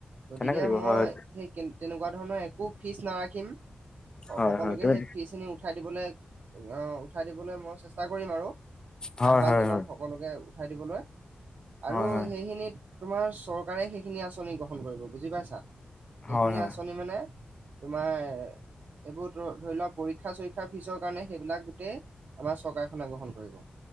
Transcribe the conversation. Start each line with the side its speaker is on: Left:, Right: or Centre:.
Right: গতিকে
Left: কেনেকে দিব
Right: মই
Left: হয়
Right: সেই কে তেনেকুৱা ধৰণৰ একো ফিজ নাৰাখিম
Left: হয়
Right: সকলোকে
Left: হয় তুমি
Right: সেই ফিজখিনি উঠাই দিবলে, অহ উঠাই দিবলৈ মই চেচ ষ্টা কৰিম আৰু
Left: হয়
Right: আহবান
Left: হয়
Right: জনাম
Left: হয়
Right: সকলোকে উঠাই দিবলৈ। আৰু
Left: হয় হয়
Right: সেইখিনিত তোমাৰ চৰকাৰে সেইখিনি আঁচনি গ্ৰহণ কৰিব বুজি পাইছা? সেইখিনি
Left: হয় হয়
Right: আঁচনি মানে তোমাৰ এইবোৰ তোৰ ধৰি লোৱা পৰীক্ষা চৰিক্ষাৰ ফিজৰ কাৰণে সেইবিলাক গোটেই আমাৰ চৰকাৰখনে গ্ৰহণ কৰিব।